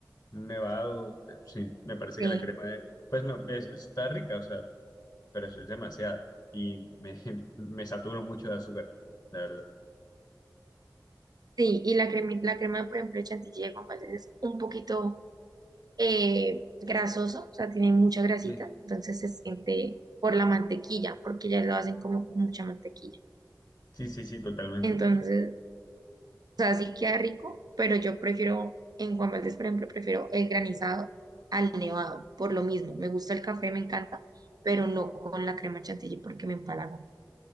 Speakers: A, on the left; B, on the right.
A: un nevado, eh, sí, me parece
B: Sí,
A: que la crema es, pues no, es- está rica, o sea, pero eso es demasiada y me, <laughs> me saturo mucho de azúcar, la verdad.
B: sí, y la crema, la crema, por ejemplo, de chantilly de Juan Valdez es un poquito eh, grasoso, o sea, tiene mucha grasita,
A: Sí,
B: entonces se siente por la mantequilla, porque ya lo hacen como con mucha mantequilla.
A: sí, sí, sí, totalmente.
B: Entonces O sea, sí queda rico, pero yo prefiero, en Juan Valdez, por ejemplo, prefiero el granizado al nevado, por lo mismo. Me gusta el café, me encanta, pero no con la crema chantilly porque me empalago.